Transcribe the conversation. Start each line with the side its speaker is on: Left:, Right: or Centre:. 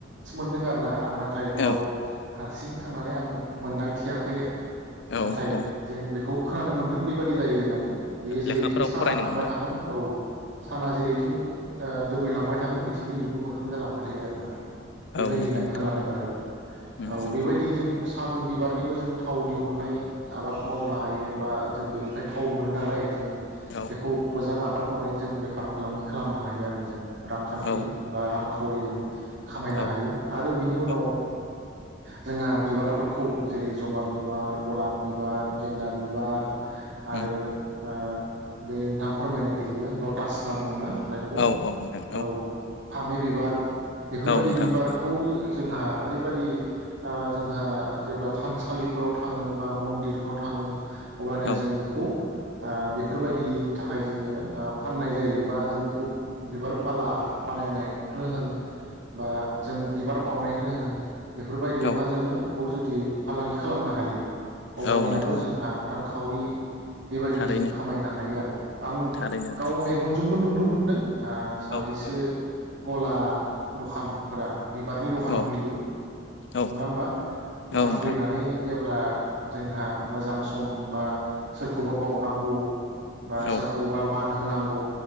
Right: होनदों आरोना आं नाथाय दाउ
Left: औ
Right: हारसिं थांनानै आं मोनदांथियाखै,
Left: औ
Right: नाथाय
Left: औ
Right: जों बेखौ खोनानो मोन्दों बेबायदि जायो होननानै, बेयो जेरैथिं
Left: लेखाफोराव
Right: साना
Left: फरायनो
Right: थांबाय
Left: मोनदों
Right: थागोन औ साना जेरैथिं ओ दोबैलांबाय थागोन बिथिंनो बेबो मोखां जालांबाय थायो आरोना बेबायदिनो
Left: औ नंगौ नोंथां
Right: खोनादों आरो
Left: उम
Right: औ
Left: उम
Right: बेबायदि जों सान बिबारनिबो जों थाव दिहुननाय, आबाद मावनो हायो बा जों बेनिफ्राय थाव मोनो नालाय जों,
Left: औ
Right: बेखौ मोजां आबाद मावनानै जों बेफार फालांगि खालामनो हायो आरो जों, रांखान्थि
Left: औ
Right: बा रांखौ <unintelligible> हायो
Left: औ
Right: आद <unintelligible> बेनि उनाव
Left: औ
Right: जोंहा बिबारफोरखौ जेरै जबा बिबार गलाब बिबार गेन्दा बिबार,
Left: उम
Right: आरो ओ बे नोंथांआ फोरमायनाय बेयो लटास होनना बुङोना? बाइखौ
Left: औ औ नोंथां
Right: औ फामे बिबार बेफोरबायदि
Left: औ नोंथां
Right: बि,
Left: औ
Right: बारखौवो जोंहा ओरैबायदि ओ जोंहा जेब्ला थानसालिफोराव थाङो बा मन्दिरफ्राव थाङो, अब्लानो
Left: औ
Right: जों बेखौ ओ बेफोरबायदिनि थाखाय जोङो ओ फाननाय जायो बा जों बेखौ बिबार माला बानायनाय? बेखौनो होन बा जों बिबार बावनायखोनो होन। बेफोरबायदियावहा
Left: औ
Right: जोङो बेखौ जुदि फालांगि खालामनो हायो अब्लानियाबो
Left: औ नोंथां औ
Right: जोंहा रांख खावरि। बेबायदि
Left: थारैनो
Right: जों खामायनो हायो आरो आं
Left: थारैनो नोंथां
Right: गाव मेगनजोंबो नुनो मोन दों। आ सानैसो।
Left: औ नोंथां
Right: ग'ला दखान। फोरा बिबारनि दखान
Left: औ
Right: खुलियो
Left: औ
Right: नङा होम्बा दखान
Left: औ नोंथां
Right: खुलिनानै। जेब्ला जोंहा मोजां सम बा सोरखौबा बावनांगौ। बा
Left: औ
Right: सोरखौबा मान हो होनांगौ।